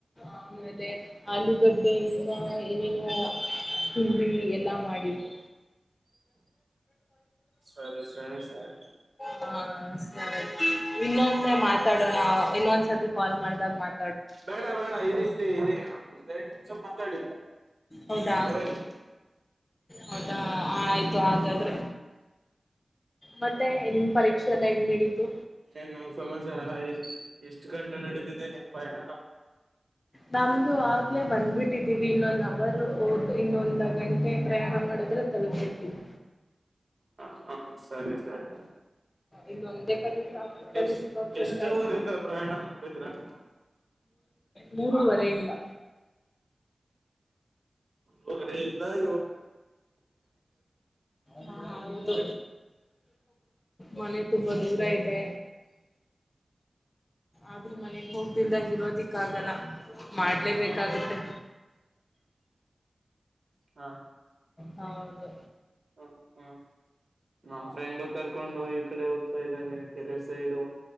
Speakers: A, on the left; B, on the right.
A: ಆಮೇಲೆ ಆಲೂಗಡ್ಡೆಯಿಂದ ಏನೇನು ತಿಂಡಿ ಎಲ್ಲಾ ಮಾಡಿದ್ರು
B: ಸರಿ ಸರಿ ಸರಿ
A: ಹಾ ಹ ಇನ್ನೊಂದೆ ಮಾತಾಡೋಣ ಇನ್ನೊಂದ್ಸರ್ತಿ ಕಾಲ್ ಮಾಡ್ದಾಗ ಮಾತ
B: ಬೇಡ ಬೇಡ ಇದೆ ಇದೆ ಇದೆ ಎರಡ್ ನಿಮಿಷ ಮಾತಾಡಿ
A: ಹೌದಾ
B: ಹೋಯಿ
A: ಹೌದಾ ಆಯ್ತು ಹಾಗಾದ್ರೆ ಮತ್ತೆ ನಿಮ್ಮ ಪರೀಕ್ಷೆ ಎಲ್ಲ ಹೆಂಗ್ ನಡೀತು
B: ಹನ ನಾವ್ ಸಮಾಚಾರ ಎಷ್ಟ ಎಷ್ಟು ಗಂಟೆ ನಡೆದಿದ್ದೇ ನಿಮ್ ಪಯಣ
A: ನಮ್ದು ಆಗ್ಲೆ ಬಂದ್ಬಿಟ್ಟಿದ್ದೀವಿ ಇನ್ನೊಂದ್ ಅವರ್ ಓದ ಇನ್ನೊಂದ ಗಂಟೆ ಪ್ರಯಾಣ ಮಾಡಿದ್ರೆ ತಲುಪಿಡ್ತೀವಿ
B: ಹ ಹಾ ಸರಿ ಸರಿ
A: ಇಲ್ಲೊಂದೇ ಕಡೆ
B: ಎಷ್ಟ
A: ಅಲ್ಲಿ ಸಿಕ್ಕಾಕೊಳ್ತಾ
B: ಎಷ್ಟ ಅವರಿಂದ ಪ್ರಯಾಣ ಮಾಡ್ತಿದೀರ ನೀ
A: ಮೂರವರೆಯಿಂದ
B: ವರೆಯಿಂದ ಎಳ
A: ಹಾ ಹೌದು ಮನೆ ತುಂಬಾ ದೂರ ಇದೆ ಆದ್ರೆ ಮನೆಗ್ ಹೋಗ್ದಲ್ದಂಗ ಇರೋದಿಕ್ಕ ಆಗಲ್ಲ ಮಾಡ್ಲೇಬೇಕಾಗತ್ತೆ
B: ಹಾ
A: ಹೌದು
B: ಹ ಹ್ಮ ನಮ್ಮ ಫ್ರೆಂಡು ಕರ್ಕೊಂಡು ಹೋ ಕಡೆ ಹೋಗ್ತಾ ಇದ್ದಾನೆ ಕೆರೆ ಸೈಡು